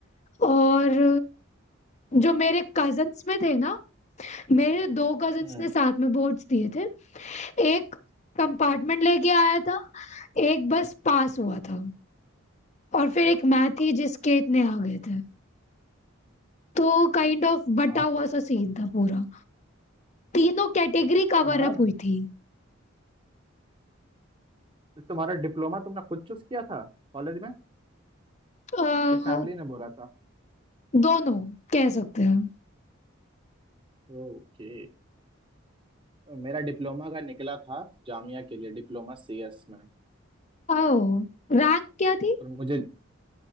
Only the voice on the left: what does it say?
और जो मेरे कजन्स में थे ना मेरे दो कजन्स
ने साथ में बोर्ड्स दिए थे एक कंपार्टमेंट लेके आया था एक बस पास हुआ था और फिर एक मैं थी जिसके इतने आ गए थे तो काइंड ऑफ बटा
हुआ सा सीन था पूरा तीनों कैटेगरी कवर
अप हुई थी
अ,
दोनों कह सकते हैं
ओ रैंक क्या थी